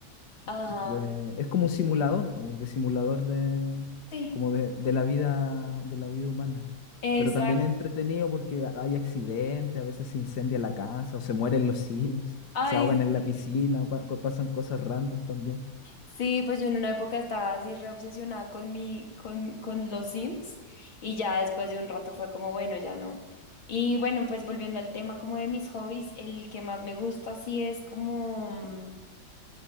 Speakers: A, on the left (about 85°); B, on the left (about 60°).
A: ajá,
B: de- es como un simulador, po, de simulador de,
A: sí,
B: como de, de la vida, de la vida humana.
A: exacto.
B: Pero también es entretenido porque hay accidentes, a veces se incendia la casa o se mueren los Sims,
A: Ay,
B: se ahogan
A: sí.
B: en la piscina, pa- co- pasan cosas random también.
A: Sí, pues yo en una época estaba así re obsesionada con mi, con, con los Sims y ya después de un rato fue como, bueno, ya no. Y bueno, pues volviendo al tema como de mis hobbies, el que más me gusta sí es como, mm,